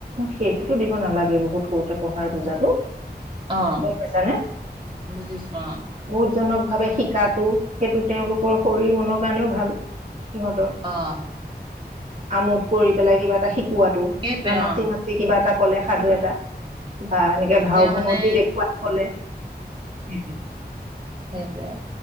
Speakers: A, on the right; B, on the right.
A: সেইটোতো দিব নালাগে বহুত সৰুতে পঢ়াৰ বুজাতটো।
B: অ',
A: গৈ পাইছা নে?
B: বুজিছো অ'।
A: বহুধজনক ভাৱে শিকা সেইটো তেওঁলোকৰ শৰীৰ মনৰ কাৰণেও ভাল সিহঁতৰ।
B: অ'
A: আমোদ কৰি পেলাই কিবা এটা শিকোৱাতটো
B: সেইটোৱে
A: হয় না
B: অ',
A: কিবা এটা কলে সাধু এটা বা এনেকে
B: এতিয়া
A: ভাও ভুঙতি
B: মানে
A: দেখুৱা হলে সেইটো।
B: সেইটোৱে